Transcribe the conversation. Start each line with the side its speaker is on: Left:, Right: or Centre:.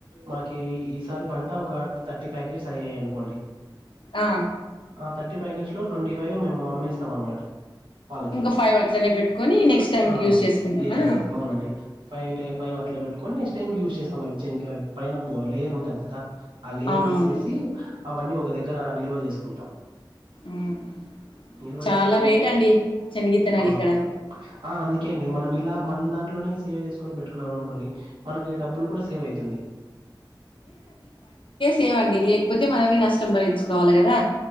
Right: మాకి ఈసారి పంట ఒక థర్టీ ప్యాకెట్స్ అయ్యాయి అండి అనుకోండి
Left: ఆ
Right: ఆ థర్టీ ప్యాకెట్స్ లో ట్వంటీ ఫైవ్ మేము అమ్మేస్తాం అనమాట వాళ్ళకి
Left: ఇంకా ఫైవ్ అట్లనే పెట్టుకొని నెక్స్ట్ టైంకి
Right: ఆ
Left: యూస్ చేసుకుంటారా
Right: ఎస్ ఎస్ అవునండి ఫైవ్ టై ఫైవ్ అట్లా పెట్టుకోని నెక్స్ట్ టైమ్కి యూజ్ చెస్తమండి చెనికాయికి పైన లేయర్ ఉంటది కదా ఆ లేయర్
Left: అవునవునులే
Right: తీసేసి అవన్నీ ఒక దగ్గర నిల్వ చేసుకుంటాం
Left: ఉమ్
Right: నిలువ
Left: చాలా
Right: చెసుకోని
Left: రేట్ అండి శనిగిత్తనాలు
Right: అవును
Left: ఇక్కడ
Right: ఆ అందుకే అండి మనం ఇలా మన దాన్ని అట్లోనే సేవ్ చేసుకొని పెట్టుకున్నాం అనుకోండి మనకి డబ్బులు కూడా సేవ్ అవుతుంది
Left: లేవండి లేకపోతే మనమే నష్టం భరించుకోవాలి కదా